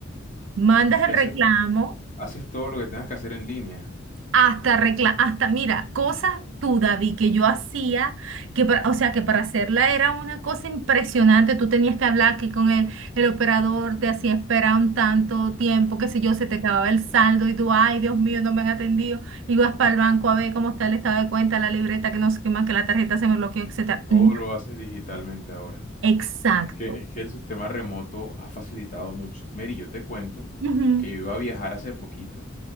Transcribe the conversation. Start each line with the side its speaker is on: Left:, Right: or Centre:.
Right: Mandas
Left: y
Right: el
Left: hace-
Right: reclamo,
Left: haces todo lo que tengas que hacer en línea.
Right: Hasta recla hasta, mira, cosas tú, David, que yo hacía, que para- o sea, que para hacerla era una cosa impresionante. Tú tenías que hablar que con el, el operador te hacía esperar un tanto tiempo, qué sé yo, se te acababa el saldo y tú, ay, Dios mío, no me han atendido. Ibas para el banco a ver cómo está el estado de cuenta, la libreta, que no sé qué más, que la tarjeta se me bloqueó, etcétera.
Left: Todo
Right: No,
Left: lo haces digitalmente ahora.
Right: Exacto.
Left: Es que, es que el sistema remoto ha facilitado mucho. Mary, yo te cuento
Right: Ujú.
Left: que yo iba a viajar hace poquito